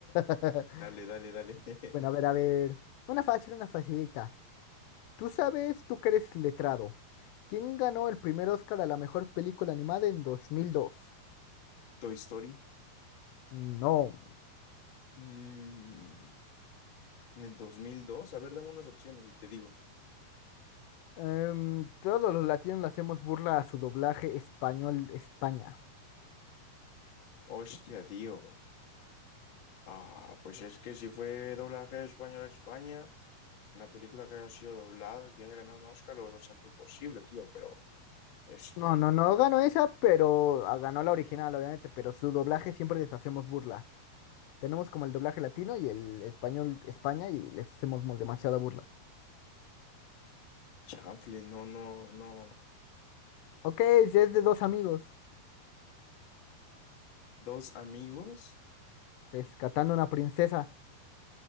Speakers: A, on the left; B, on the left.
A: <laughs>
B: Dale, dale, dale. <laughs>
A: Bueno, a ver, a ver. Una fácil, una facilita. Tú sabes, tú que eres letrado. ¿Quién ganó el primer Oscar a la mejor película animada en 2002?
B: Toy Story.
A: No.
B: Mm, en el 2002. A ver, dame unas opciones y te digo.
A: Em, todos los latinos le hacemos burla a su doblaje español de España.
B: Hostia, tío. Ah, pues es que si fue doblaje español a España, una película que haya sido doblada, que haya ganado un Oscar, lo veo bastante imposible, tío. Pero, este,
A: No, no, no ganó esa, pero ah, ganó la original, obviamente, pero su doblaje siempre les hacemos burla. Tenemos como el doblaje latino y el español España y les hacemos mo- demasiada burla.
B: chanfle, no, no, no.
A: Ok, es de dos amigos
B: Dos amigos
A: rescatando una princesa.